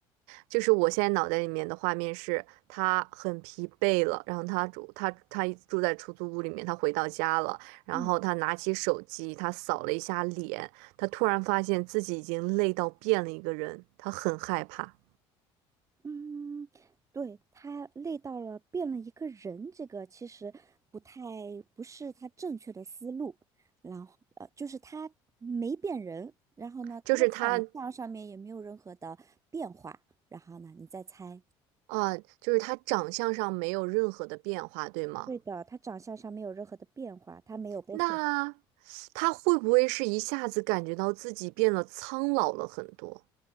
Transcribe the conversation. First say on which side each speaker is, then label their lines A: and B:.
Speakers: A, on the right; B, on the right.
A: 就是我现在脑袋里面的画面是，他很疲惫了，然后他住他他住在出租屋里面，他回到家了，然后他拿起手机，
B: 嗯。
A: 他扫了一下脸，他突然发现自己已经累到变了一个人，他很害怕，
B: 嗯，对，他累到了，变了一个人，这个其实不太不是他正确的思路。然后呃，就是他没变人，然后呢，他的长相上面也没有任何的变化。
A: 就是他
B: 然后呢，你再猜。
A: 啊、就是他长相上没有任何的变化，对吗？
B: 对的，他长相上没有任何的变化，他没有被毁
A: 那他会不会是一下子感觉到自己变得苍老了很多？